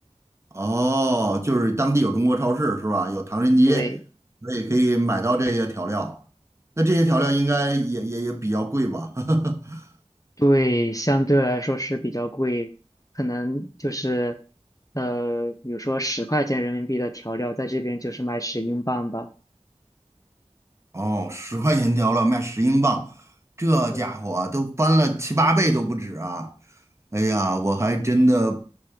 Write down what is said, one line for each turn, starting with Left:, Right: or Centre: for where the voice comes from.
Right: 哦，就是当地有中国超市是吧？有唐人街，
Left: 对，
Right: 所以可以买到这些调料。那这些调料应该也也也比较贵吧？<laughs>
Left: 对，相对来说是比较贵，可能就是呃，比如说十块钱人民币的调料，在这边就是卖十英镑吧。
Right: 哦，十块钱一条了，卖十英镑，这家伙都翻了七八倍都不止啊！
Left: 对，
Right: 哎呀，我还真的